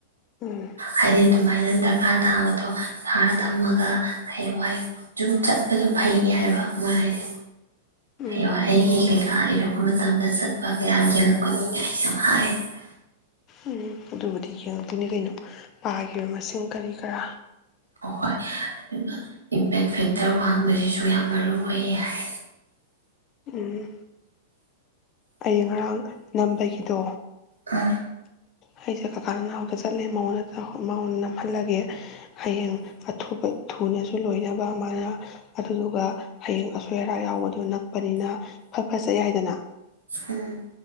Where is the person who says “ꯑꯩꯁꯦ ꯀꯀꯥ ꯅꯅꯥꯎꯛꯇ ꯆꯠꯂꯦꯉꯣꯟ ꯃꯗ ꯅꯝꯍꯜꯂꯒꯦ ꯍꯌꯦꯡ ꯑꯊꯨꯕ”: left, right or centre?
Left